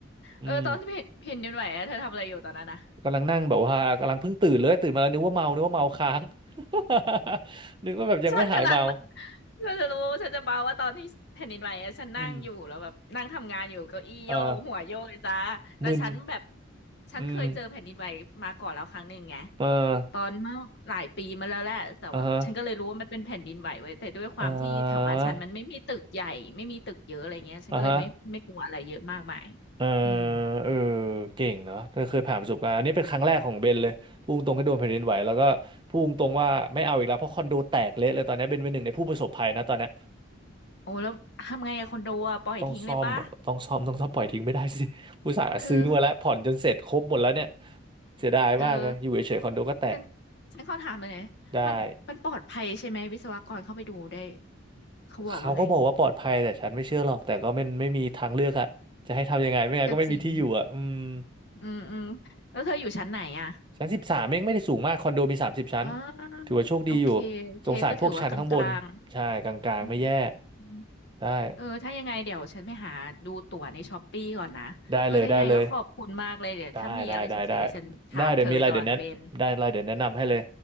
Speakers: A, on the right; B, on the left.
A: อืม
B: เออตอนที่เห็นเห็นดินไหวอะเธอทำอะไรอยู่ตอนนั้นนะ
A: กำลังนั่งแบบว่ากำลังเพิ่งตื่นเลยตื่นมาแล้วนึกว่าเมานึกว่าเมาค้าง <laughs> นึกว่าแบบยังไม่หายเมา
B: ฉันกำลังฉันจะรู้ฉันจะเมาว่าตอนที่แผ่นดินไหวอะฉันนั่งอยู่แล้วแบบนั่งทำงานอยู่เก้าอี้โยกหัวโยกเลยจ้าแต่ฉันแบบ
A: อืมอ่ามึน
B: ฉันเคยเจอแผ่นดินไหวมาก่อนแล้วครั้งหนึ่งไง
A: อืมเออ
B: ตอนเมื่อหลายปีมาแล้วแหละแต่ว่าฉันก็เลยรู้ว่ามันเป็นแผ่นดินไหวไว้ยแต่ด้วยความที่แถวบ้านฉันมันไม่มีตึกใหญ่ไม่มีตึกเยอะอะไรเงี้ยฉันก็เลยไม่ไม่กลัวอะไรเยอะมากมาย
A: อ่าฮะอ่าอ่าฮะเออ
B: อืม
A: เออเก่งเนาะเธอเคยผ่านประสบการณ์อันนี้เป็นครั้งแรกของเบนเลยพูดตรงให้โดนแผ่นดินไหวแล้วก็พูดตรงว่าไม่เอาอีกแล้วเพราะคอนโดแตกเละเลยตอนนี้เบนเป็นหนึ่งในผู้ประสบภัยนะตอนนี้
B: โอ้แล้วทำไงอะคอนโดอะปล่อยทิ้งเลยปะ
A: ต้องซ่อมอะต้องซ่อมต้องซ่อมปล่อยทิ้งไม่ได้สิ <laughs> ผู้สาห์ซื้อมาแล้วผ่อนจนเสร็จครบหมดแล้วเนี่ย
B: คือ
A: เสียดายมากเลยอยู่เฉยๆคอนโดก็แตก
B: เธอ ฉันฉันขอถามเลยนะมันมันปลอดภัยใช่ไหมวิศวกรเข้าไปดูได้
A: ได้
B: เขาบอกว่าไง
A: เขาก็บอกว่าปลอดภัยแต่ฉันไม่เชื่อหรอก แต่ก็ไม่ไม่มีทางเลือกอะจะให้ทำยังไงไม่งั้นก็ไม่มีที่อยู่อะอืม
B: ก็จริงอืมอืมแล้วเธออยู่ชั้นไหนอ่ะ
A: ชั้นสิบสามเองไม่ได้สูงมากคอนโดมีสามสิบชั้น
B: อ่า
A: ถือว่าโชคดีอยู่
B: โอเคโอเคก็ถือว่ากลาง
A: สงสารพวกชั้นข้างบน ใช่กลางๆไม่แย่
B: ๆอืมอืม
A: ได้
B: เออถ้ายังไงเดี๋ยวฉันไปหาดูตั๋วในช้อปปี้ก่อนนะเออถ้ายังไงก็ขอบคุณมากเลยเดี๋ยวถ้ามีอะไรสงสัยเดี๋ยวฉันถามเธอไปตลอดนะเบน
A: ได้เลยได้เลยได้ได้ได้ได้ได้เดี๋ยวมีอะไรเดี๋ยวแนะได้อะไรเดี๋ยวแนะนำให้เลย